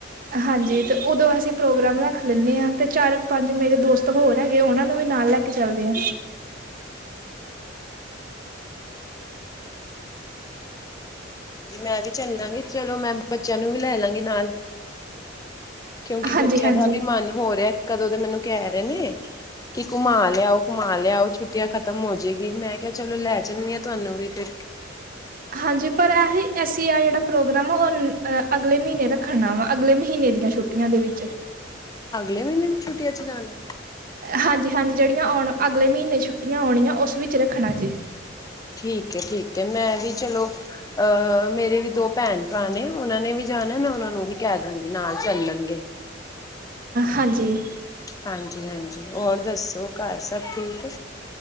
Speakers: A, on the right (about 45°); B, on the left (about 20°).
A: ਹਾਂਜੀ ਅਤੇ ਉਦੋਂ ਅਸੀਂ ਪ੍ਰੋਗਰਾਮ ਰੱਖ ਲੈਂਦੇ ਹਾਂ ਅਤੇ ਚਾਰ ਪੰਜ ਮੇਰੇ ਦੋਸਤ ਹੋਰ ਹੈਗੇ ਉਹਨਾਂ ਨੂੰ ਵੀ ਨਾਲ ਲੈ ਕੇ ਚੱਲਦੀ ਆ
B: ਜੀ ਮੈਂ ਵੀ ਚੱਲਾਂਗੀ ਚਲੋ ਮੈਂ ਬੱਚਿਆਂ ਨੂੰ ਵੀ ਲੈ ਲਾਂਗੀ ਨਾਲ ਕਿਉਂਕਿ
A: ਹਾਂਜੀ
B: ਬੱਚਿਆਂ
A: ਹਾਂਜੀ
B: ਦਾ ਵੀ ਮਨ ਹੋ ਰਿਹਾ ਕਦੋਂ ਤੇ ਮੈਨੂੰ ਕਹਿ ਰਹੇ ਨੇ ਕਿ ਘੁਮਾ ਲਿਆਓ ਘੁਮਾ ਲਿਆਓ ਛੁੱਟੀਆਂ ਖ਼ਤਮ ਹੋ ਜਾਏਗੀ ਮੈਂ ਕਿਹਾ ਚਲੋ ਲੈ ਜਾਂਣੀ ਹਾਂ ਤੁਹਾਨੂੰ ਵੀ ਫੇਿਰ
A: ਹਾਂਜੀ ਪਰ ਇਹ ਐਸੀ ਆ ਜਿਹੜਾ ਪ੍ਰੋਗਰਾਮ ਆ ਉਹ ਅਗਲੇ ਮਹੀਨੇ ਰੱਖਣਾ ਵਾ ਅਗਲੇ ਮਹੀਨੇ ਦੀਆਂ ਛੁੱਟੀ ਛੋਟੀਆਂ ਦੇ ਵਿੱਚ
B: ਅਗਲੇ ਮਹੀਨੇ ਦੀ ਛੁੱਟੀਆਂ ਚ ਜਾਣਾ
A: ਹਾਂਜੀ ਹਾਂਜੀ ਜਿਹੜੀਆਂ ਆਉਣ ਅਗਲੇ ਮਹੀਨੇ ਛੁੱਟੀਆਂ ਆਉਣੀਆਂ ਉਸ ਵਿੱਚ ਰੱਖਣਾ ਜੇ
B: ਠੀਕ ਠੀਕ ਮੈਂ ਵੀ ਚਲੋ ਅਹ ਮੇਰੇ ਵੀ ਦੋ ਭੈਣ ਭਰਾ ਨੇ ਉਹਨਾਂ ਨੇ ਵੀ ਜਾਣਾ ਮੈਂ ਉਹਨਾਂ ਨੂੰ ਵੀ ਕਹਿ ਦਾਂਗੀ ਨਾਲ ਚੱਲਣਗੇ
A: ਹਾਂਜੀ
B: ਹਾਂਜੀ ਹਾਂਜੀ ਹੋਰ ਦੱਸੋ ਘਰ ਸਭ ਠੀਕ